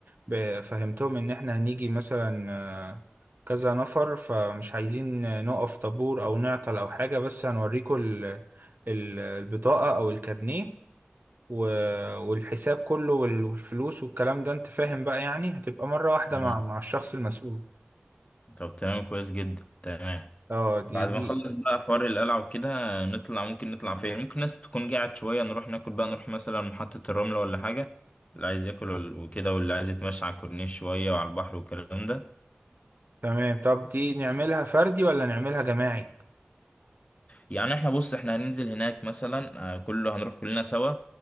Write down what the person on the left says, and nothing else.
مم.
طب تمام كويس جدا تمام
بعد ما
نخلص بقى حوار القلعه وكده نطلع ممكن نطلع فين ممكن ناس تكون قاعد شويه نروح ناكل بقى نروح مثلا محطه الرمله ولا حاجه اللي عايز ياكل وال- وكده واللي عايز يتمشى على الكورنيش شويه وعلى البحر والكلام ده
يعني احنا بص احنا هننزل هناك مثلا آه، كله هنروح كلنا سوا